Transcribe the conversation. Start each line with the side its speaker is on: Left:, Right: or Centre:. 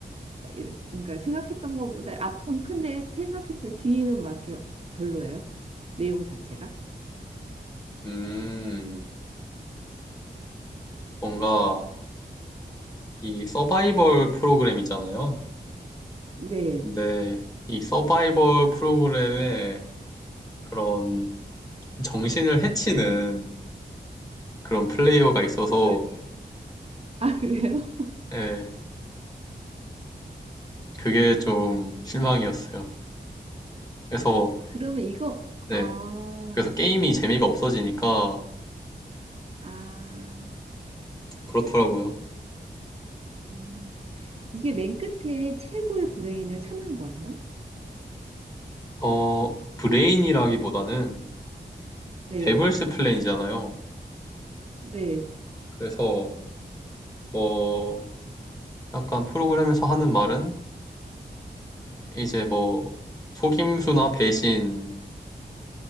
Right: 이렇- 그러니까 생각했던 거보다 앞은 큰데 생각했던 뒤는 막 이렇게 별로예요? 내용 자체가?
Left: 음, 뭔가 이 서바이벌 프로그램이잖아요.
Right: 네.
Left: 근데 이 서바이벌 프로그램의 그런 정신을 해치는 그런 플레이어가 있어서
Right: 왜? 아, 그래요?
Left: 예, 그게 좀 실망이었어요. 그래서
Right: <laughs> 그러면 이거,
Left: 네,
Right: 아,
Left: 그래서 게임이
Right: 네.
Left: 재미가 없어지니까
Right: 아,
Left: 그렇더라고요.
Right: 음. 이게 맨 끝에 최고의 브레인을 찾는 거예요?
Left: 어, 브레인이라기보다는
Right: 네,
Left: 데블스 플랜이잖아요.
Right: 네,
Left: 그래서 뭐 약간 프로그램에서 하는 말은 이제 뭐 속임수나 배신